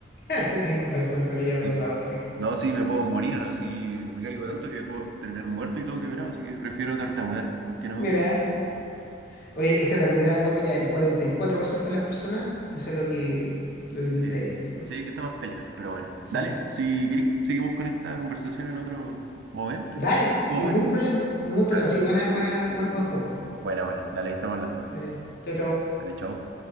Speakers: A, on the left; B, on the right.
A: Claro, tienes razón, no le había pensado
B: Sí.
A: así.
B: No, sí, me puedo morir, así me caigo tanto que puedo terminar muerto y todo quebrado, así que prefiero tartamudear, aunque no
A: Mira,
B: me gusta. Pero Bueno,
A: oye, esta también era algo pelea. El 44% de las personas hizo lo que, lo que tú estás
B: Sí,
A: diciendo.
B: sí que está más pelea, pero bueno.
A: Sí.
B: Dale, si querés, seguimos con esta conversación en otro momento.
A: Dale,
B: Oh,
A: ningún
B: bueno,
A: problema, ningún problema.
B: dale.
A: Sí, buena, buena, buen, buen juego.
B: Buena, buena, dale, ahí estamos hablando.
A: Dale, chao, chao.
B: Dale, chao.